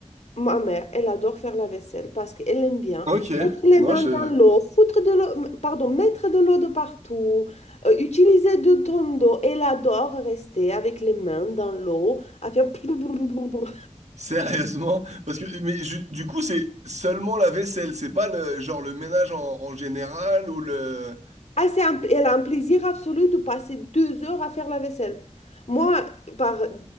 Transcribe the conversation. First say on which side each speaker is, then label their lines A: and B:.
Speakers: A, on the left; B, on the right.
A: Ma mère, elle adore faire la vaisselle parce qu'elle aime bien.
B: Ok,
A: Les
B: non,
A: mains
B: je...
A: dans l'eau, foutre de l'eau, pardon, mettre de l'eau de partout, euh, utiliser de ton d'eau. Elle adore rester avec les mains dans l'eau, à faire plou, plou, plou, plou, plou.
B: Sérieusement? Parce que, mais ju- du coup, c'est seulement la vaisselle, c'est pas le genre le ménage en, en général ou le...
A: Ah, c'est un- elle a un plaisir absolu de passer deux heures à faire la vaisselle. Moi, par,